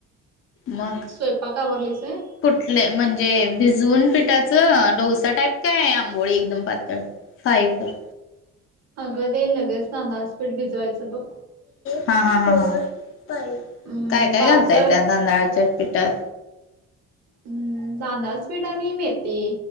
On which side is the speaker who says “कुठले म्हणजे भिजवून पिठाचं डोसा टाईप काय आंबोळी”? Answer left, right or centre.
Left